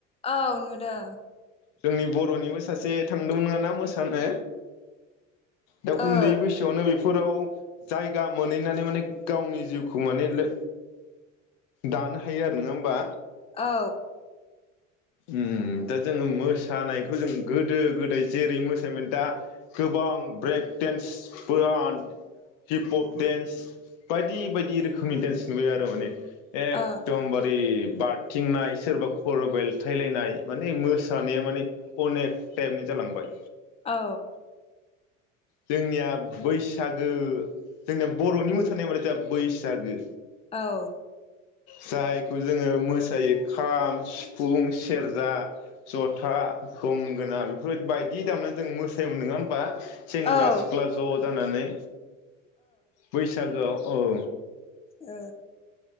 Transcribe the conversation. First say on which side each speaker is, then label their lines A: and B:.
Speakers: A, on the left; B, on the left.
A: औ नुदों।
B: जोंनि बर'निबो सासे थांदोंमोन नोङाना मोसानो दा
A: ओ
B: उन्दै बैसोआवनो बिफ फोराव जायगा मोनहैनानै माने गावनि जिउखौ माने लो दानो हायो आरो। नोङा होमबा?
A: औ।
B: उम दा जोङो मोसानायखौ जों गोदो गोदाय जेरै मोसायोमोन दा गोबां ब्रेक देन्स बोहान हिप हप डेन्स बायदि बायदि रोख खोमनि देस नुबाय आरो माने। एकदमबारि
A: औ
B: बारथिंनाय सोरबा खर' बेलथायलायनाय माने मोसानाया माने अनेक टाइपनि जालांबाय।
A: औ
B: जोंनिया बैसागो जोंनिया बर'नि मोसानाय होनबाथाइ जोंहा बैसागो।
A: औ
B: जायखौ जोङो मोसायो खाम सिफुं सेरजा जथा गंगोना बेफोर बायदि दामनानै जों मोसायोमोन। नङा होमबा? सेंग्रा
A: औ
B: सिख्ला ज जानानै बैसागोआव औ
A: ओ